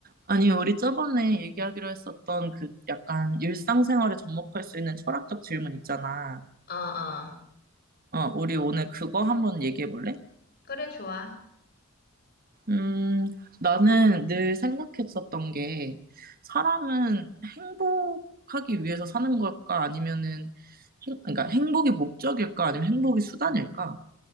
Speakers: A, on the right (about 45°); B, on the left (about 45°).
A: 아니, 우리 저번에 얘기하기로 했었던 그 약간 일상생활에 접목할 수 있는 철학적 질문 있잖아.
B: 아, 아.
A: 어, 우리 오늘 그거 한번 얘기해 볼래?
B: 그래, 좋아.
A: 음, 나는 늘 생각했었던 게 사람은 행복하기 위해서 사는 걸까? 아니면은 행, 그러니까 행복이 목적일까? 아니면 행복이 수단일까?